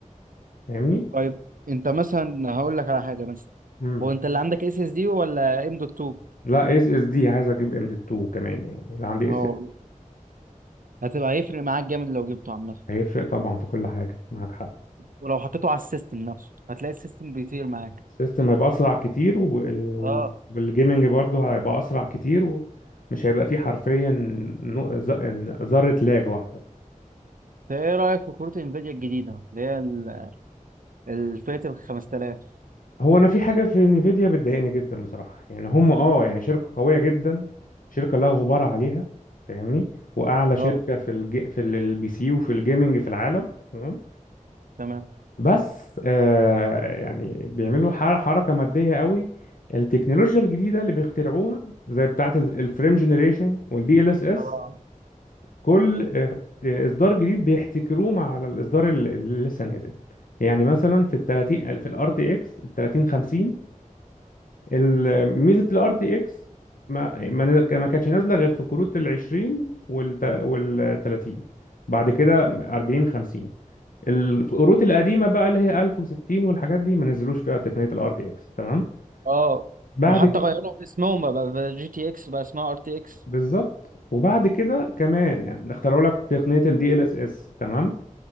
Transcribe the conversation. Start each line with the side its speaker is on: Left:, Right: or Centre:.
Left: فاهمني
Right: طيب انت مثلا هقول لك على حاجه مثلا
Left: امم
Right: هو انت اللي عندك اس اس دي ولا ام دوت 2
Left: لا اس اس دي عايز اجيب ام دي 2 كمان يعني اللي عندي
Right: اه
Left: اس
Right: هتبقى هيفرق معاك جامد لو جبته عامه
Left: هيفرق طبعا في كل حاجه معاك حق
Right: ولو حطيته على السيستم نفسه هتلاقي السيستم بيطير معاك
Left: السيستم هيبقى اسرع كتير وال... وال...
Right: اه
Left: والجيمنج برضه هيبقى اسرع كتير ومش هيبقى فيه حرفيا نو- ذ- ذره لاج واحده
Right: طيب ايه رأيك في كروت انفيديا الجديدة اللي هي ال- الفئة ال 5000
Left: هو انا في حاجه في نيفيديا بتضايقني جدا بصراحه يعني هم اه يعني شركه قويه جدا شركه لا غبار عليها فاهمني واعلى شركه
Right: اه
Left: في الج... في البي سي وفي الجيمنج في العالم تمام
Right: تمام
Left: بس آه يعني بيعملوا ح- حركه ماديه قوي التكنولوجيا الجديده اللي بيخترعوها زي بتاعه ال- الفريم جنريشن والدي ال اس اس
Right: اه
Left: كل آه، آه، اصدار جديد بيحتكروه مع الاصدار اللي اللي لسه نازل يعني مثلا في ال 30 في الار تي اكس ال 3050 ال- ميزه الار تي اكس ما ما ما كانتش نازله غير في كروت ال 20 وال وال 30 بعد كده 40 50 الكروت القديمه بقى اللي هي 1060 والحاجات دي ما نزلوش فيها تقنيه الار تي اكس تمام
Right: اه
Left: بعد
Right: وحتى
Left: آه. كده
Right: غيروا في اسمهم بقى بقى جي تي اكس بقى اسمها ار تي اكس
Left: بالظبط وبعد كده كمان يعني اخترعوا لك تقنيه الدي ال اس اس تمام